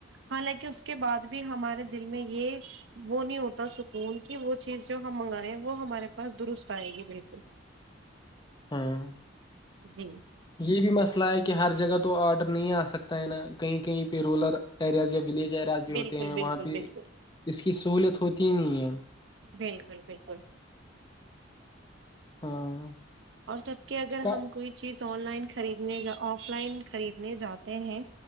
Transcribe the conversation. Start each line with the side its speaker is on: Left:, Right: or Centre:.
Right: حالانکہ اس کے بعد بھی ہمارے دل میں یہ وہ نہیں ہوتا سکون کہ وہ چیز جو ہم منگان رہے وہ ہمارے پاس درست آئے گی بالکل
Left: ہاں
Right: جی
Left: یہ بھی مسئلہ ہے کہ ہر جگہ تو آرڈر نہیں آ سکتا ہے نا کہیں کہیں پہ رورل ایریاز یا ولیج جراج بھی ہوتے
Right: بالکل
Left: ہیں
Right: بالکل
Left: وہاں پہ
Right: بالکل
Left: اس کی سہولت ہوتی تین ایم
Right: بالکل بالکل
Left: ہاں
Right: اور جب کہ اگر
Left: اس کا
Right: ہم کوئی چیز آن لائن خریدنے آف لائن خریدنے جاتے ہیں